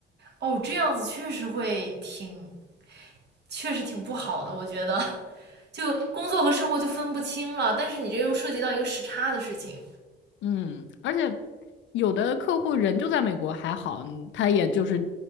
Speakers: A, on the right; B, on the left.
A: 哦，这样子确实会挺，确实挺不好的，我觉得。<laughs> 就工作和生活就分不清了。但是你这又涉及到一个时差的事情。
B: 嗯，而且有的客户人就在美国还好，嗯他也就是